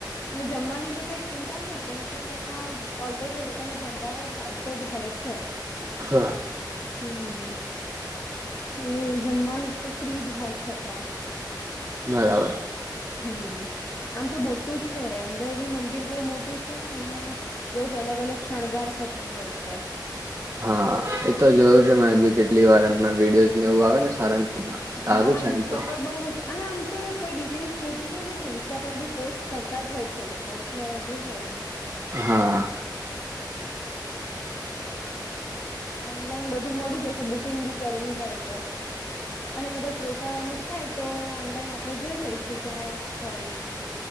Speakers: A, on the left; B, on the right.
A: અને જમવાની તો કઈ ચિંતા નહીિ કેમ કે ત્યાં ઓલરેડી એ લોકો ન ભંડારણ ચાલ તો જ હોય છે
B: હા
A: હમ હમ એ જમવાનું તો ફ્રી જ હોય છે ત્યાં
B: બરાબર
A: હમ આમ તો મોટું છે અંદર બી મંદિર બહ મોટું છે. છે અને રોજ અલગ અલગ શણગાર થતા હોય છે.
B: હા એ તો જોયું છે મેં બી કેટલી વાર એમના વિડીયોઝ ને એવું આવે ને સારંગપુર ના સારું
A: હા
B: છે
A: ઇન્સ્ટા
B: એમ તો
A: પર બઉુ જ અને આમ તો કોઈ ડિટેલ્સ જોઈતી હોય ને તો ઇન્સ્ટા પર બી પોસ્ટ કર તા જ હોય છે એ લોકો એટલે જોઈ લેવાનું
B: હા
A: ઓનલાઈન બધું મળી જશે બુકિંગ બી કરવું હોય તો અને કદાચ રોકાવાનું થાય તો ઓનલાઈન આપડે જોઈ લઈશું ક્યાય હોય